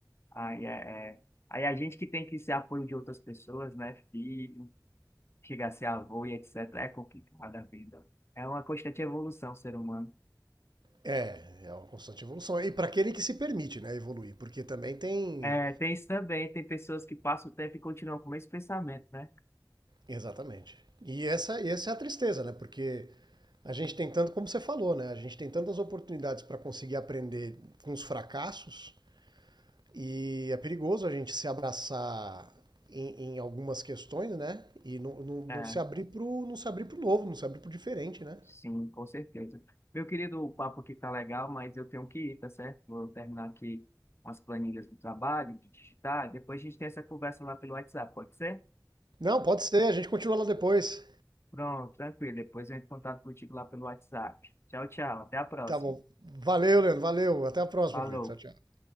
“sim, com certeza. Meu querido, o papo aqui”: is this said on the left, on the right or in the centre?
Left